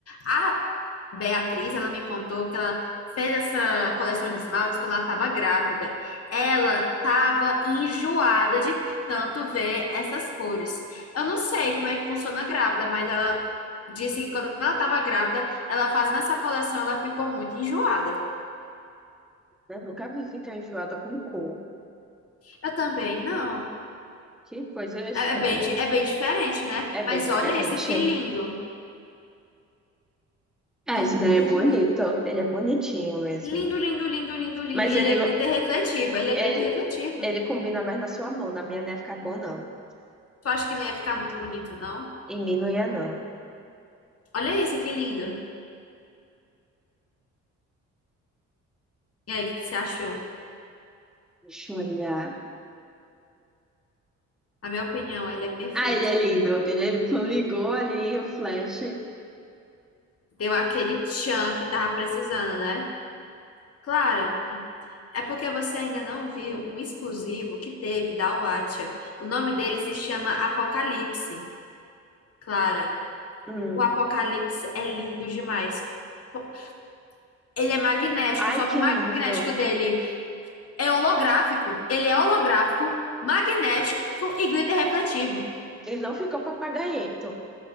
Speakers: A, on the left (about 50°); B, in the centre.
A: A, Beatriz, ela me contou que ela fez essa coleção de esmaltes quando ela estava grávida. Ela estava enjoada de tanto ver essas cores. Eu não sei como é que funciona grávida, mas ela disse que quando ela estava grávida, ela fazendo essa coleção, ela ficou muito enjoada.
B: Eu nunca vi ficar enjoada com cor.
A: Eu também, não.
B: Que coisa estranha.
A: É é bem, di- é bem diferente, né?
B: É bem
A: Mas
B: diferente.
A: olha esse aqui lindo.
B: É,
A: Lindo,
B: isso daí
A: lindo,
B: é bonito.
A: lindo.
B: Ele é bonitinho mesmo.
A: Lindo, lindo, lindo, lindo, lindo.
B: Mas
A: E ele
B: ele
A: é
B: não.
A: glitter refletivo. Ele é
B: Ele,
A: glitter refletivo.
B: ele combina mais na sua mão. Na minha não ia ficar bom, não.
A: Tu acha que não ia ficar muito bonito, não?
B: Em mim não ia, não.
A: Olha isso, que lindo. E aí, o que que você achou?
B: Deixa eu olhar.
A: Na minha opinião, ele é perfeito.
B: Ah, ele é lindo. Ele é lindo. Quando Ligou ali o flash.
A: Deu aquele tchan que tava precisando, né? Clara, é porque você ainda não viu um exclusivo que teve da Watcha. O nome dele se chama Apocalipse. Clara,
B: Hum.
A: o Apocalipse é lindo demais. Po- Ele é magnético,
B: Ai,
A: só
B: que
A: que o magnético
B: lindo.
A: dele é holográfico. Ele é holográfico, magnético e glitter refletivo.
B: Ele não ficou papagaiento.